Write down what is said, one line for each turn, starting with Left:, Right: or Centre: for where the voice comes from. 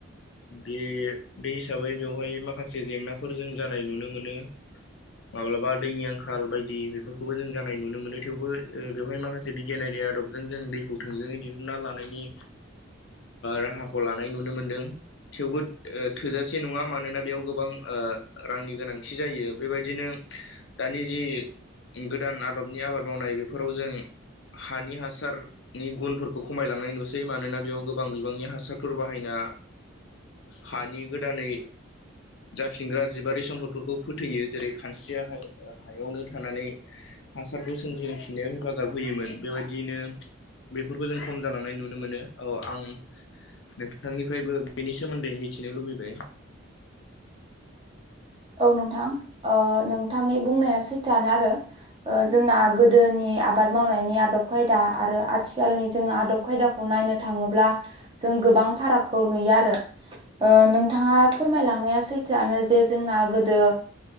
Left: बे बे हिसाबै बेवहाय माखासे जेंनाफोर जों जानाय नुनो मोनो माब्लाबा दैनि आंखाल बायदि बेफोरखौबो जों जानाय नुनो मोनो थेवबो बेवहाय माखासे ज बिगियानारि आदबजों जों दैखौ थोंजोङै दिहुनना लानायनि
Right: <inaudible>
Left: राहाखौ लानाय नुनो मोनदों थेवबो थोजासे नङा मानोना बेयाव गोबां रांनि गोनांथि जायो बेबायदिनो दानि जि गोदान आदबनि आबाद मावनाय बेफोराव जों हानि हासार नि गुनफोरखौ खमायलांनाय नुसै मानोना बेयाव गोबां बिबांनि हासारफोर बाहायना हानि गोदानै जाफिनग्रा जिबारि सम्पदफोरखौ फोथैयो जेरै खानस्रिया हायावनो थानानै हासारखौ सोमजिफिननायाव हेफाजाब होयोमोन बेबायदियैनो बेफोरखौ जों खम जालांनाय नुनो मोनो औ आं नोंथांनिफ्रायबो बेनि सोमोन्दै मिथिनो लुबैबाय
Right: औ नोंथां नोंथांनि बुंनाया सैथानो आरो जोंना गोदोनि आबाद मावनायनि आदब खायदा आरो आथिखालनि जोङो आदब खायदाखौ खौ नायनो थाङोब्ला जों गोबां फारागखौ नुयो आरो नोंथाङा फोरमायलांनाया सैथोआनो जे जोंना गोदो